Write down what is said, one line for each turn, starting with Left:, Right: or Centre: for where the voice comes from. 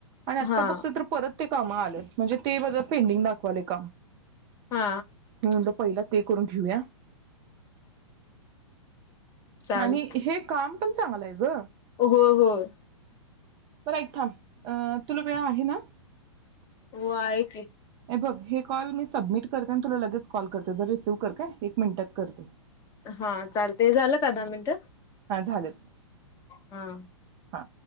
Right: आणि आत्ता
Left: हा
Right: फ ते तर परत ते काम आल्यात म्हणजे ते माझा पेंडिंग दाखवालय काम
Left: हा
Right: म्हणल पहिला ते करून घेऊया.
Left: चालत
Right: आणि हे काम पण चांगलाय ग
Left: होय होय
Right: बरं ऐक थांब तुला वेळ आहे ना?
Left: वाई
Right: येबघ हे... कॉल मी सबमिट करते न तुला लगेच कॉल करते तर रिसिव्ह कर काय एक मिंनिटात करते.
Left: हा चाल ते झालं का दहा मिनट
Right: हा झालेत
Left: हा
Right: हा